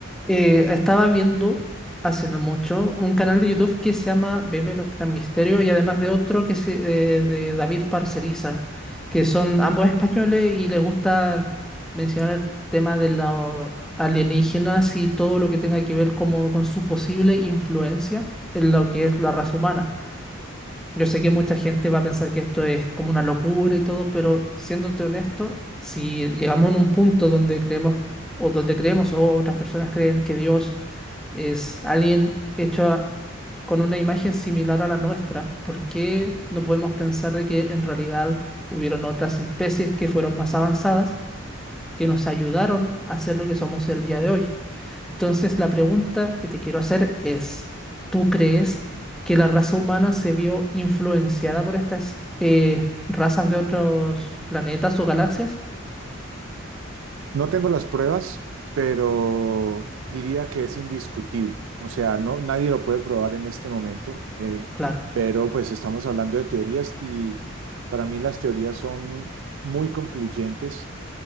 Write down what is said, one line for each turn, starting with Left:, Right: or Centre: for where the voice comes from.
Centre: Eh, estaba viendo hace no mucho un canal de YouTube que se llama BM Gran Misterio y además de otro que se, eh, de David Parceriza, que son ambos españoles y les gusta mencionar el tema de los alienígenas y todo lo que tenga que ver como con su posible influencia en lo que es la raza humana. Yo sé que mucha gente va a pensar que esto es como una locura y todo, pero siéndote honesto, si llegamos en un punto donde creemos o donde creemos o otras personas creen que Dios es alguien hecho con una imagen similar a la nuestra, ¿por qué no podemos pensar de que en realidad hubieron otras especies que fueron más avanzadas, que nos ayudaron a ser lo que somos el día de hoy? Entonces, la pregunta que te quiero hacer es, ¿tú crees que la raza humana se vio influenciada por estas eh, razas de otros planetas o galaxias?
Right: No tengo las pruebas, pero diría que es indiscutible. O sea, no, nadie lo puede probar en este momento, eh,
Centre: Claro.
Right: pero pues estamos hablando de teorías y para mí las teorías son muy concluyentes.